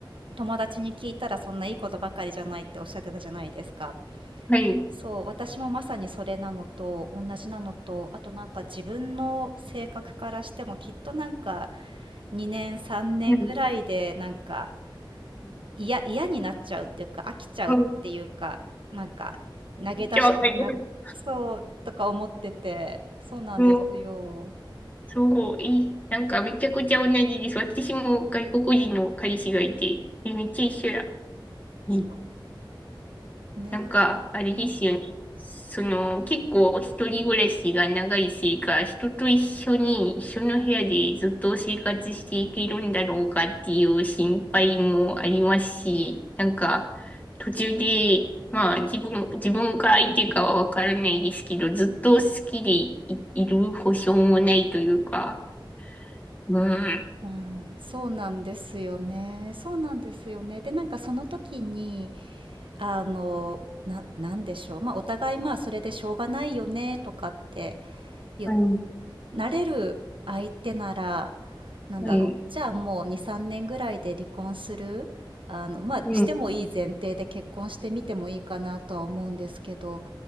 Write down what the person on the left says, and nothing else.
はい。
うんう
ん
めっちゃわかります。
うんそう、いい。なんかめちゃくちゃ同じです。私も外国人の彼氏がいて、えめっちゃ一緒や。うん
なんか、あれですよね。その、結構一人暮らしが長いせいか、人と一緒に、一緒の部屋でずっと生活していけるんだろうかっていう心配もありますし、なんか、途中で、まあ、自分、自分か相手かはわからないですけど、ずっと好きでい、いる保証もないというか、うん。
はい。
はい。
うん。